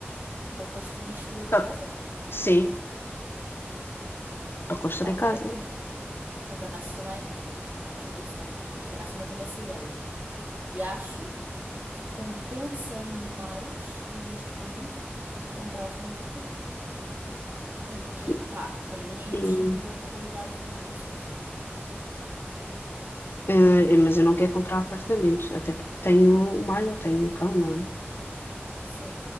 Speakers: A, on the right; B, on the left.
A: Para construir tu a tua
B: Pá,
A: casa?
B: sim, para construir
A: Ok,
B: casa.
A: eu, eu por acaso também, eh, já falámos sobre isso, né? Por acaso também tenho essa ideia. E acho. que compensa mais neste momento de comprares um apartamento. E, e
B: Hum,
A: pá, para mim é imprescindível
B: hum,
A: a qualidade de vida teres um terreno.
B: eh, mas eu não quero comprar apartamentos, até porque tenho o Milo, tenho o cão, não é?
A: Sim.